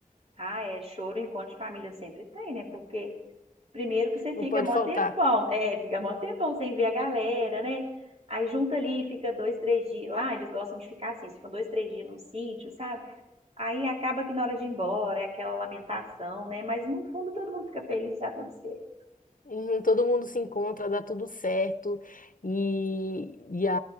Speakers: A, on the right; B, on the left.
A: Ah, é choro, encontro de família sempre tem, né? Porque primeiro que você fica
B: Não pode
A: mó
B: faltar.
A: tempão, é, fica mó tempão sem ver a galera, né? Aí junta ali, fica dois, três dias. Lá eles gostam de ficar assim, se ficam dois, três dias num sítio, sabe? Aí acaba que na hora de ir embora é aquela lamentação, né? Mas no fundo todo mundo fica feliz, tá tudo certo.
B: Uhum, todo mundo se encontra, dá tudo certo e, e a,